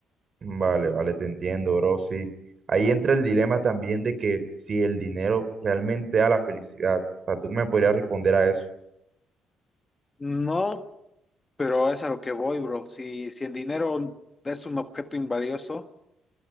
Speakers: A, on the right; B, on the left.
A: vale, vale, te entiendo, bro, sí. Ahí entra el dilema también de que si el dinero realmente da la felicidad. O sea, tú me podrías responder a eso.
B: No, pero es a lo que voy, bro. Si, si el dinero es un objeto invalioso,